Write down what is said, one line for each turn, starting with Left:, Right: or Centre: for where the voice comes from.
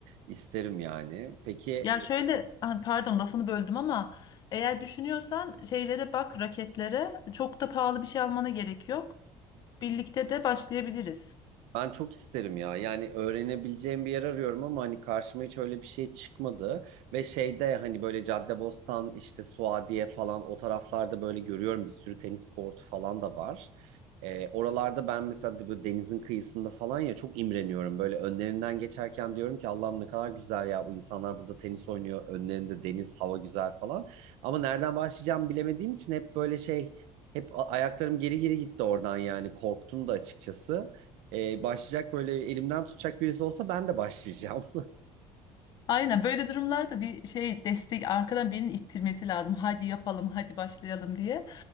Right: isterim yani. Peki
Left: Ya şöyle ah, pardon lafını böldüm ama eğer düşünüyorsan şeylere bak raketlere çok da pahalı bir şey almana gerek yok. Birlikte de başlayabiliriz.
Right: Ben çok isterim ya. Yani öğrenebileceğim bir yer arıyorum ama hani karşıma hiç öyle bir şey çıkmadı. Ve şeyde hani böyle Caddebostan işte Suadiye falan o taraflarda böyle görüyorum bir sürü tenis kortu falan da var. Ee, oralarda ben mesela de- böyle denizin kıyısında falan ya çok imreniyorum. Böyle önlerinden geçerken diyorum ki Allah'ım ne kadar güzel ya bu insanlar burada tenis oynuyor. Önlerinde deniz, hava güzel falan. Ama nereden başlayacağımı bilemediğim için hep böyle şey hep a- ayaklarım geri geri gitti oradan yani korktum da açıkçası. Ee, başlayacak böyle elimden tutacak birisi olsa ben de başlayacağım.
Left: Aynen böyle durumlarda bir şey destek arkadan birinin ittirmesi lazım. Hadi yapalım, hadi başlayalım diye.